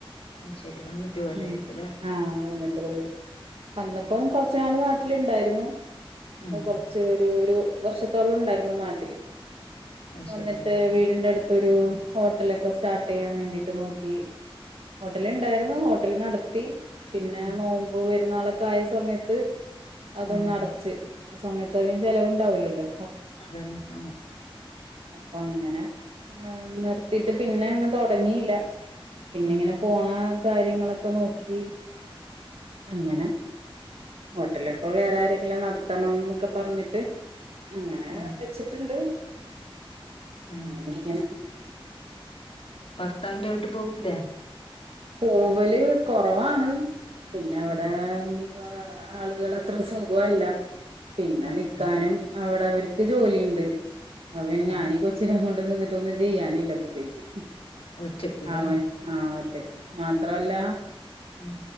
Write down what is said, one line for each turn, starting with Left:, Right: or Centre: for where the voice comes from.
Left: അത് ശരി വന്നിട്ട് പോയതായിരിക്കുംല്ലേ
Right: ഉം ആ വന്നിട്ട് പോയത് വന്നപ്പോം കൊറച്ചുനാള് നാട്ടില് ഇണ്ടായിരുന്നു
Left: ഉം
Right: അത് കൊറച്ച് ഒരു ഒരു വർഷത്തോളം ഉണ്ടായിരുന്നു നാട്ടില്
Left: അത്
Right: വന്നിട്ട്
Left: ശരി ആഹ്
Right: വീടിന്റെ അടുത്തൊരു ഹോട്ടലൊക്കെ സ്റ്റാർട്ട് ചെയ്യാൻ വേണ്ടിട്ട് നോക്കി ഹോട്ടൽ ഇണ്ടായിരുന്നു ഹോട്ടല് നടത്തി പിന്നെ
Left: ആഹ്
Right: നോമ്പ് പെരുന്നാളൊക്കെ ആയ സമയത്ത് അതൊന്ന്
Left: ആഹ്
Right: അടച്ച് ആ സമയത്ത് അധികം ചെലവുണ്ടാവില്ലല്ലോ
Left: അത് തന്നെ ആ
Right: അപ്പൊ അങ്ങനെ നിർത്തിട്ട് പിന്നെ അങ്ങ് തൊടങ്ങിയില്ല പിന്നെ
Left: ഉം
Right: ഇങ്ങനെ പോണ കാര്യങ്ങളൊക്കെ നോക്കി അങ്ങനെ- ഹോട്ടൽ ഇപ്പൊ വേറെ ആരെങ്കിലും നടത്തണംന്നൊക്കെ പറഞ്ഞിട്ട് അങ്ങനെ
Left: ഉം
Right: വെച്ചിട്ടുണ്ട്
Left: ആഹ്
Right: അങ്ങനെ ഇരിക്കണ്
Left: ഭർത്താവിന്റെ വീട്ടി പോക്കില്ലേ
Right: പോവല് കൊറവാണ് പിന്നെ അവിടെ-
Left: ഉം
Right: ആളുകള് അത്ര സുഖല്ല പിന്നെ
Left: ആഹ്
Right: നിക്കാനും അവിടെ ഒര എനിക്ക് ജോലി ഇണ്ട് അപ്പൊ പിന്നെ
Left: ആഹ്
Right: ഞാനീ കൊച്ചിനെ കൊണ്ട് നിന്നിട്ടൊന്നും ചെയ്യാനില്ല പ്രത്യേകിച്ച്-
Left: ഒറ്റക്ക്ല്ലേ
Right: അവൻ ആ ഒറ്റക്ക് മാത്രവല്ല-
Left: ഉം